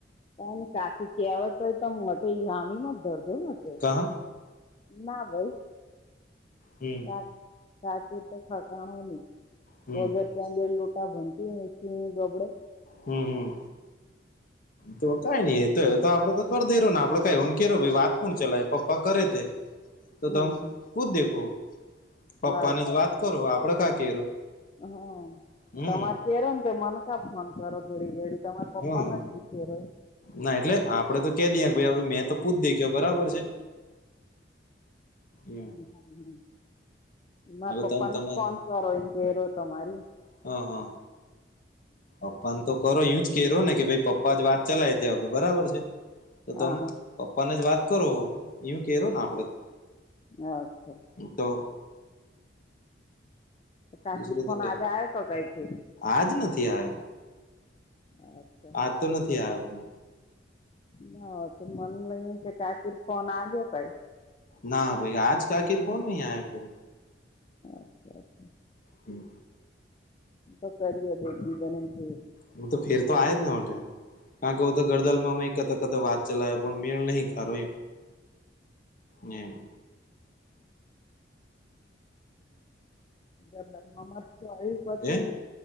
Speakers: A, on the left; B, on the left.
A: કને કાકી કહેવય તોય તો મો ગામીમાં જ દરજો <inaudible>
B: કહા
A: ના ભાઈ
B: હમ
A: સા-સાચું તો ઠેકાણું નહી.
B: હમ
A: વગર ત્યાં લ લોટા ભનતી મશીની ગબડે.
B: હમ્મ, હમ્મ. તો કાઈ નઈ એ તો તો આપડે તો કર દે ને આપડે કઈવને કે ભાઈ વાત કોણ ચલાય પપ્પા કરે તે તો
A: હમ
B: તમ પૂચ દેખો પપ્પા
A: હા
B: ને જ વાત કરો આપડે કા કેરો.
A: હા,
B: હમ
A: તમાર કેરન કે મનકા ફોન કરો ઘરી ઘડી. તમારા
B: હમ
A: પપ્પા ના જ વિસે રહે.
B: ના એટલે આપડે તો ક દઈ ભાઈ હવે મે તો પુ જ દેખ્યો બરાબર છે હ.
A: હા, હા. માર પપ્પાને
B: તમ તમાર
A: જ ફોન કરો એ કે તમારી
B: હા, હા. પપ્પાને તો કરો યું જ કેરો ને કે ભાઈ પપ્પા જ વાત ચલાય તે હવે બરાબર છે. તો
A: હા
B: તમ
A: હા
B: પપ્પા ને જ વાત કરો એઊં કૈરુ ને આપડે તો.
A: હા અચ્છા
B: હું તો
A: સાકીર
B: દુસરો
A: ફોન
B: તો કઈ
A: આજે આયો તો કઈ થિયું
B: આજ નથી આવ્યો
A: અહ.
B: આજ તો નથી આયો ફોન.
A: ના તે માન લઈ કે કકીર ફોન આ ગ્યો કઈ.
B: ના ભાઈ આજ કાકીર ફોન આયો ફિર.
A: અચ્છા
B: હમ્મ.
A: તો સરી એ બેટરી બને છે.
B: હું તો ફેર તો આયો જ હોટે કારણ કે હું તો ગરદલમાં એક કતા કતા વાત ચલાવે પણ મેળ નહીં ખરો એ નહિ.
A: હ <inaudible> મામા તે આવી પછી
B: એ